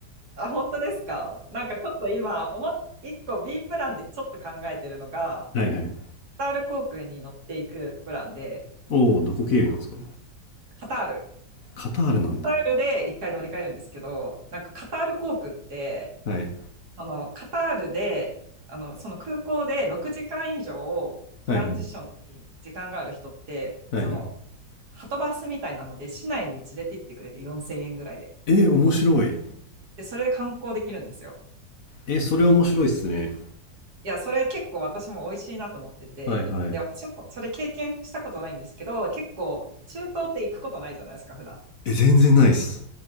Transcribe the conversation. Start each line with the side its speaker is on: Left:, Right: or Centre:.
Right: あ、本当ですかなんかちょっと今思っ、一個 B プランでちょっと考えてるのが、
Left: はいはい。
Right: カタール航空に乗っていくプランで、
Left: おお、どこ経由なんですか
Right: カタール。
Left: カタールなんだ。
Right: カタールで一回乗り換えるんですけど、なんかカタール航空って
Left: はい。
Right: そのカタールで、あのその空港で6時間以上トランジションに時間がある人って、
Left: はいはい。はいはい。
Right: そのハトバスみたいなので市内に連れて行ってくれて4000円ぐらいで。
Left: えー、面白い。
Right: で、それで観光できるんですよ。
Left: えー、それ面白いっすね。
Right: いや、それ結構私も美味しいなと思ってて、
Left: はいはい。
Right: で、私もそれ経験したことないんですけど、結構中東って行くことないじゃないですか、普段。
Left: え、全然ないっす。